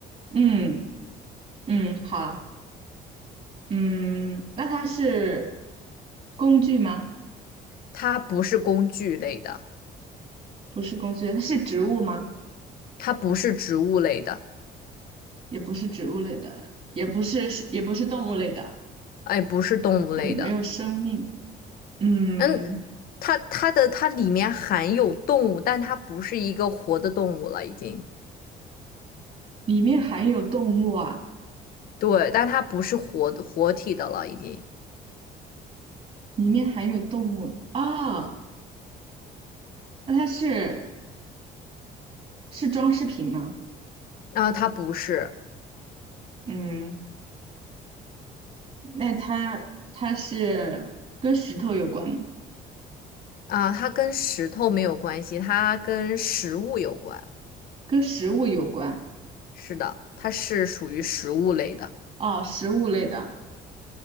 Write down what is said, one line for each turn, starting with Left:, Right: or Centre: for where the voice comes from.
Right: 嗯嗯，好，嗯，那它是工具吗？
Left: 它不是工具类的，
Right: 不是工具，它是植物吗？
Left: 它不是植物类的，
Right: 也不是植物类的，也不是，也不是动物类的。
Left: 哎，不是动物类的。
Right: 嗯，没有生命。嗯，
Left: 嗯，它它的它里面含有动物，但它不是一个活的动物了，已经。
Right: 里面含有动物啊，
Left: 对，但它不是活活体的了，已经。
Right: 里面含有动物啊，那它是。是装饰品吗？
Left: 啊，它不是
Right: 嗯，那它它是跟石头有关吗？
Left: 啊，它跟石头没有关系，它跟食物有关。
Right: 跟食物有关？
Left: 是的，它是属于食物类的，
Right: 哦，食物类的。